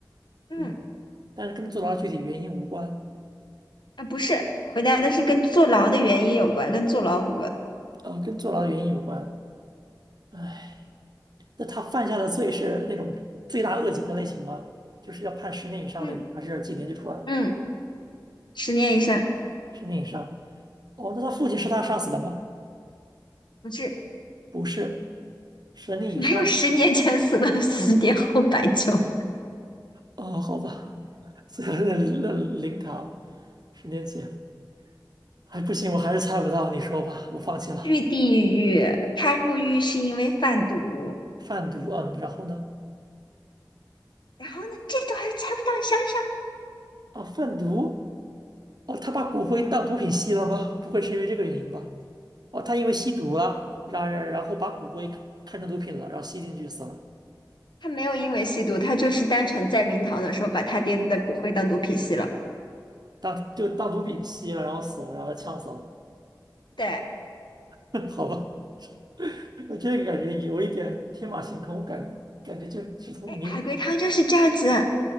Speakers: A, on the left (about 80°); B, on the right (about 65°).
A: 嗯，
B: 嗯，但是跟坐牢的具体原因无关，
A: 啊，不是，回答的是跟坐牢的原因有关，跟坐牢无关。
B: 呃，跟坐牢的原因有关。哎，那他犯下的罪是那种罪大恶极的类型吗？就是要判十年以上那种，
A: 嗯
B: 还是几年就出来了？
A: 嗯，十年以上，
B: 十年以上。哦，那他父亲是他杀死的吗？
A: 不是，
B: 不是，十年以上
A: 没有十年前死了，十年后白酒。<laughs>
B: 哦，好吧，<laughs> 所以那那灵堂，十年前，哎，不行，我还是猜不到，你说吧，我放弃了。
A: 去地狱，他入狱是因为贩毒。
B: 贩毒，嗯，然后呢？
A: 然后呢，这都还猜不到，你想一想。
B: 啊，贩毒，哦，他把骨灰当毒品吸了吗？不会是因为这个原因吧？哦，他因为吸毒了，然然然后把骨灰看成毒品了，然后吸进去死了，
A: 他没有因为吸毒，他就是单纯在灵堂的时候把他爹的骨灰当毒品吸了。
B: 当就当毒品吸了，然后死了，然后呛死了，
A: 对，哎，
B: <laughs> 好吧。<laughs> 那这个感觉有一点天马行空，感觉感觉就只从明明
A: 海龟汤就是这样子。